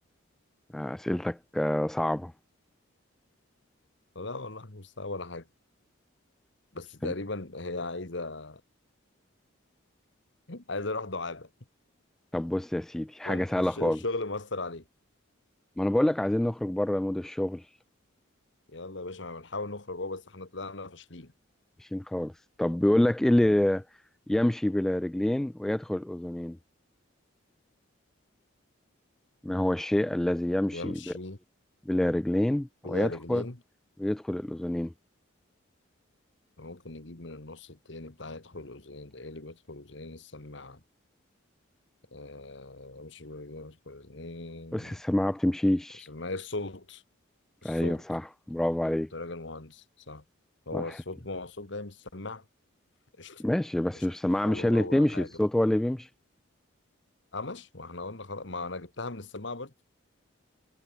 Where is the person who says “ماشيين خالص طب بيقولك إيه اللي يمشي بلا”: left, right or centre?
Centre